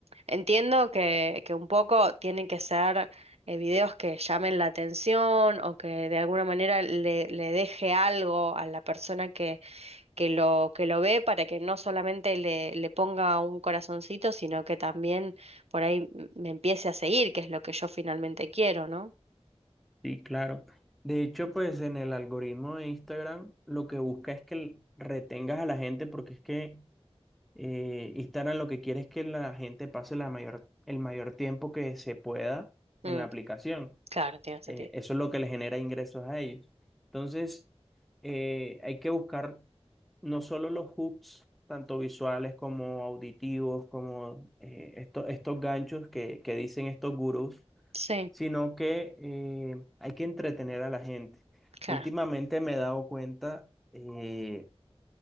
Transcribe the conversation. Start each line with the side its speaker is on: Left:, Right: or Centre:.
Right: Entiendo que, que un poco tienen que ser eh, videos que llamen la atención o que de alguna manera le, le deje algo a la persona que, que lo, que lo ve para que no solamente le, le ponga un corazoncito, sino que también por ahí m- me empiece a seguir, que es lo que yo finalmente quiero, ¿no?
Centre: sí, claro. De hecho, pues en el algoritmo de Instagram lo que busca es que l- retengas a la gente porque es que eh, Instagram lo que quiere es que la gente pase la mayor, el mayor tiempo que se pueda
Right: Mm,
Centre: en la aplicación.
Right: claro, tiene sentido.
Centre: Eh, eso es lo que les genera ingresos a ellos. Entonces, eh, hay que buscar no solo los hooks, tanto visuales como auditivos, como eh, esto- estos ganchos que, que dicen estos gurús,
Right: Sí,
Centre: sino que eh, hay que entretener a la gente.
Right: claro.
Centre: Últimamente me he dado cuenta eh,